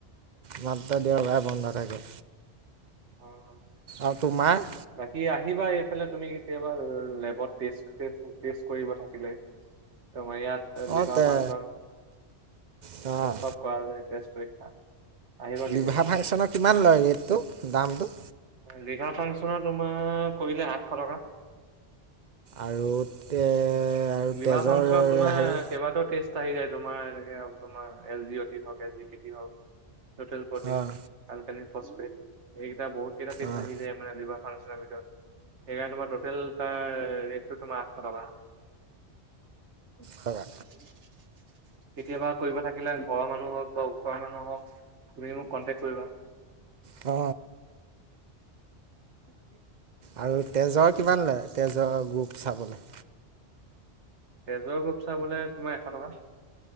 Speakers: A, on the right; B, on the right.
A: মাত্ৰ দেওবাৰে বন্ধ থাকে।
B: <inaudible>
A: আৰু তোমাৰ?
B: বাকী আহিবা এইফালে তুমি কেতিয়াবা লেবত টেষ্ট-টেষ্ট কৰিব থাকিলে। তোমাৰ ইয়াত লিভাৰ
A: অঁ তে
B: ফাংচন <unintelligible>
A: অঁ
B: চব কৰা যায় তেজ পৰীক্ষা। আহিবা কেতিয়াবা।
A: লিভা ফাংচনৰ কিমান লয় ৰেটটো দামটো?
B: লিভাৰ ফাংচনৰ তোমাৰ কৰিলে আঠশ টকা।
A: আৰু তে আৰু
B: লিভাৰ
A: তেজৰ
B: ফাংচনত তোমাৰ
A: হেৰি
B: কেইবাটাও টেষ্ট আহি যায় তোমাৰ এনেকে তোমাৰ এল জি অটি হক ছেট জি পি টি হওক টোটেল প্ৰটিন
A: অঁ
B: কালকালিন ফচপেট এইকেইটা বহুত কেইটা তেষ্ট
A: অঁ
B: আহি যায়। মানে লিভাৰ ফাংচনৰ ভিতৰত, সেইকাৰণে তোমাৰ টোটেল তাৰ ৰেটটো তোমাৰ আঠশ টকা। কেতিয়াবা
A: টকা
B: কৰিব থাকিলে ঘৰৰ মানুহ হওক বা ওচৰৰ মানুহ হওক তুমি মোক কণ্টেক্ট কৰিবা।
A: অ।
B: <inaudible>
A: আৰু তেজৰ কিমান লয় তেজৰ গ্ৰুপ চাবলৈ?
B: তেজৰ গ্ৰুপ চাবলে তোমাৰ এশ টকা।